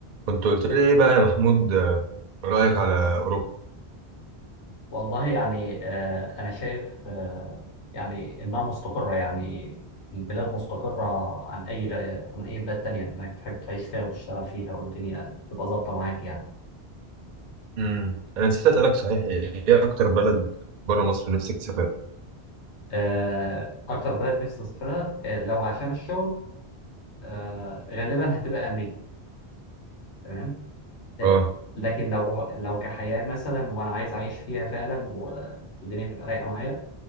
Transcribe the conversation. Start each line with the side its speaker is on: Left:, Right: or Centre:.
Right: كنت قلت لي ايه بقى يا محمود آه، رأيك على أوروبا
Left: والله يعني آه، أنا شايف آه، يعني إنها مستقرة يعني البلاد مستقرة عن أي عن أي بلاد تانية إنك تحب تعيش فيها وتشتغل فيها والدنيا تبقى ظابطة معاك يعني
Right: امم انا نسيت أسألك صحيح ايه اكتر بلد بره مصر نفسك تسافرها
Left: آه، أكتر بلد نفسي أسافرها آه، لو عشان الشغل آه، غالبا هتبقى أمريكا تمام آه،
Right: اه
Left: لكن لو لو كحياة مثلا وأنا عايز أعيش فيها فعلا و- والدنيا تبقى رايقة معايا